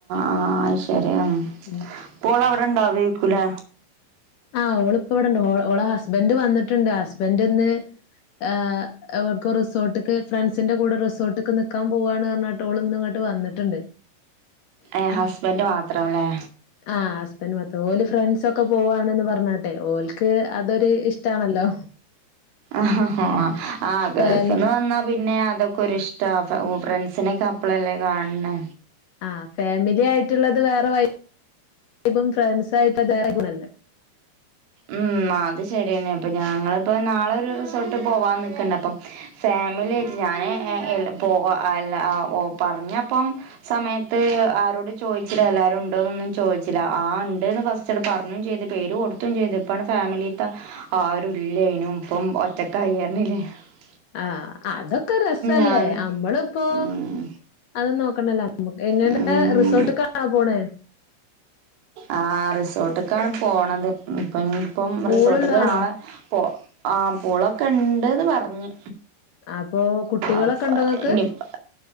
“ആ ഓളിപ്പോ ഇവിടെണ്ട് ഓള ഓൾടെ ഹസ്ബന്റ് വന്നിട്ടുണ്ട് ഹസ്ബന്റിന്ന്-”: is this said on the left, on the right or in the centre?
Left